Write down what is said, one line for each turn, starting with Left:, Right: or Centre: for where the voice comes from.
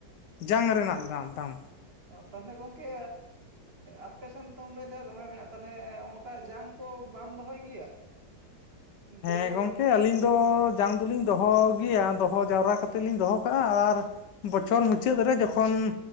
Left: ᱡᱟᱝ ᱨᱮᱱᱟᱜ ᱫᱟᱢ᱾
Right: ᱛᱟᱞᱦᱮ ᱜᱚᱝᱠᱮ ᱟᱯᱮ ᱥᱮᱱ ᱛᱚᱢ ᱞᱟᱹᱭᱫᱟ ᱫᱚᱢᱮ ᱢᱮᱱᱟᱜ ᱛᱟᱞᱦᱮ ᱚᱝᱠᱟ ᱡᱟᱝ ᱠᱚ ᱵᱟᱢ ᱫᱚᱦᱚᱭ ᱜᱮᱭᱟ? ᱫᱟᱹᱞ
Left: ᱦᱮᱸ ᱜᱚᱝᱠᱮ
Right: ᱠᱟᱛᱮᱫ
Left: ᱟᱹᱞᱤᱧ ᱫᱚ ᱡᱟᱝ ᱫᱚᱞᱤᱧ ᱫᱚᱦᱚ ᱜᱮᱭᱟ ᱫᱚᱦᱚ ᱡᱟᱣᱨᱟ ᱠᱟᱛᱮᱜ ᱞᱤᱧ ᱫᱚᱦᱚ ᱠᱟᱜ-ᱟ᱾ ᱟᱨ ᱵᱚᱪᱷᱚᱨ ᱢᱩᱪᱟᱹᱫ ᱨᱮ ᱡᱚᱠᱷᱚᱱ